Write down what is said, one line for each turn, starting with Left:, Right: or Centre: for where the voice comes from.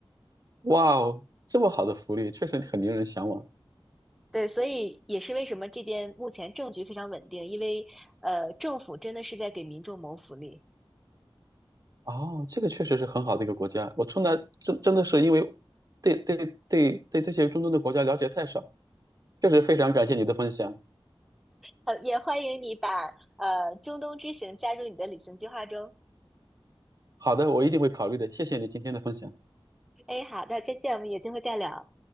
Right: 哇哦，这么好的福利确实很令人向往。
Centre: 对，所以也是为什么这边目前政局非常稳定，因为呃，政府真的是在给民众谋福利。
Right: 哦，这个确实是很好的一个国家。我从来真真的是因为对对对对这些中东的国家了解太少，确实非常感谢你的分享。
Centre: 呃，也欢迎你把呃中东之行加入你的旅行计划中。
Right: 好的，我一定会考虑的，谢谢你今天的分享。
Centre: 哎，好的，再见，我们有机会再聊。